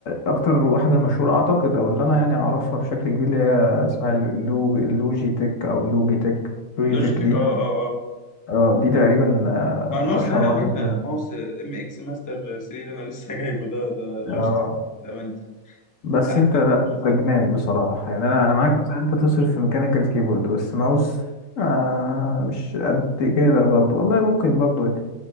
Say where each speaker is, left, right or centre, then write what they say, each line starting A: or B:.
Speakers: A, on the left; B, on the left.
A: آه، أكتر واحدة مشهورة أعتقد أو اللي أنا يعني أعرفها بشكل كبير اللي هي اسمها اللو- اللوجي تك أو لوجي تك لوجي
B: لوجيتك
A: تك دي
B: اه اه اه
A: آه، دي تقريبا آه،
B: ما الماوس
A: أشهر
B: ده
A: واحدة
B: منها
A: فيهم
B: ماوس ام اكس ماستر 3 اللي انا لسه جايبه ده ده
A: آه.
B: لوجيتك ده من
A: بس
B: احسن
A: انت لا
B: الماوس
A: ده جنان بصراحة يعني انا انا معاك مثلا انت تصرف في ميكانيكال كيبورد بس ماوس آه مش قد كده برضه والله ممكن برضه